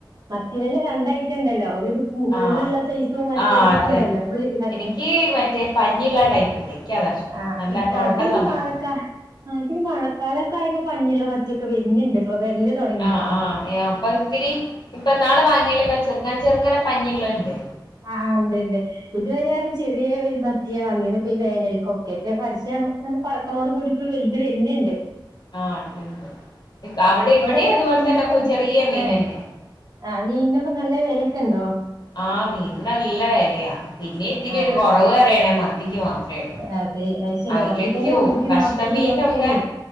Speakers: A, on the right (about 50°); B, on the left (about 55°).
A: മത്തികളിൽ രണ്ട്ഐറ്റം ഉണ്ടല്ലോ ഇ മുള്ളുള്ള
B: ആഹ്
A: സൈസും മറ്റേതോക്കെ
B: ആഹ് അതന്നെ
A: ഉണ്ടല്ലോ മുള്ളില്ലാത്ത
B: എനിക്ക് മറ്റേ പഞ്ഞിള്ള ടൈപ്പില്ലേ എനിക്കതാ ഇഷ്ടം
A: ആ
B: നല്ല
A: ഇ
B: തൊടള്ള
A: ആ പിഴിമാളക്ക
B: മത്തി
A: ആ ഇപ്പ ഈ മഴക്കാലക്കെ ആയപ്പോ പഞ്ഞിയുള്ള മത്തിയൊക്കെ വരുന്നുണ്ട് ഇപ്പൊ വെരല് തുടങ്ങീയിക്ക്ണോ
B: ആഹ് ആഹ് അപ്പൊ ഇത്തിരി ഇപ്പൊ നാള് വാങ്ങിയല്ലേക്ക ചെറുങ്ങനെ ചെറുങ്ങനെ പഞ്ഞിയള്ളുണ്ട്
A: ആ ഉണ്ട് ഉണ്ട് ഇതുവരെയായിരുന്നു ചെറിയ ഒരു മത്തിയ വാങ്ങിയത് ഈ വേനൽക്കൊക്കെ ഇപ്പ പര പറക്കനോട് കൂടിപ്പ് വെയില് വരുന്നുണ്ട്
B: ആ ഉണ്ട്ണ്ട് അവിടെ ഇവിടെ
A: എങ്ങനെ
B: അതുപോലെ
A: മീനൊക്കെ
B: തന്നെ ചെറിയ മീൻ
A: ഏഹ്
B: തന്നെയ
A: ആ മീനൊക്കെ നല്ല വെലക്കെ ഉണ്ടോ
B: ആ മീന് നല്ല വെലയാ പിന്നെ ഇത്തിരി
A: ആഹ്
B: ഒരു കുറവ് അറിയണേ മത്തി മാത്രമേ ഉള്ളൂ
A: അതെ അത് ശരി
B: അയലക്കോ
A: മത്തിക്കന്നെ നൂറ്റി
B: കഷ്ണമീനൊക്കെ
A: നാപ്പത് ഒക്കെയാണേ